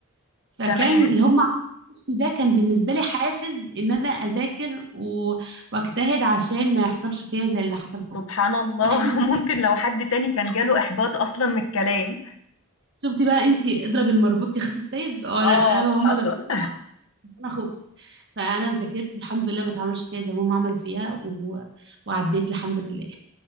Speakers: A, on the right; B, on the left.
A: فكان
B: تمام.
A: اللي هم عملوه في اختي ده كان بالنسبه لي حافز ان انا اذاكر و... واجتهد عشان ما يحصلش فيا زي اللي حصل في
B: سبحان
A: اختي
B: الله
A: والحمد لله
B: <laughs> ممكن لو حد تاني كان جاله إحباط أصلًا من الكلام.
A: شفتي بقى انت اضرب المربوط يخاف السيب وانا
B: آه
A: انا بقى هم
B: حصل.
A: ضربوني انا خفت فانا ذاكرت والحمد لله ما اتعملش فيها زي ما هم عملوا فيها و... وعديت الحمد لله